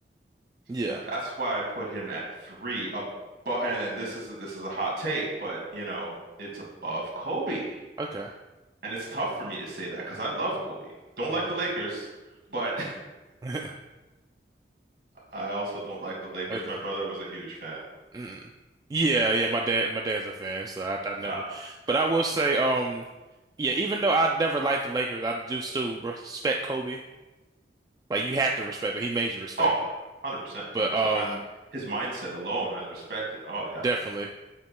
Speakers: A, on the right; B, on the right.
A: yeah.
B: and that's why I put him at three above. And, and this is this is a hot take, but you know it's above Kobe.
A: Okay.
B: And it's tough for me to say that because I love Kobe. Don't
A: Mm.
B: like the Lakers, but
A: <laughs>
B: <laughs> I also don't like the Lakers.
A: Okay.
B: My brother was a huge fan.
A: Mm. Yeah, yeah, my dad my dad's a fan, so I I never.
B: Uh,
A: But I will say um yeah, even though I never liked the Lakers, I do still respect Kobe. Like you have to respect him. He made you respect
B: oh, 100%,
A: him. But
B: 100%.
A: um
B: I, his mindset alone, I respect it. Oh, yeah.
A: definitely,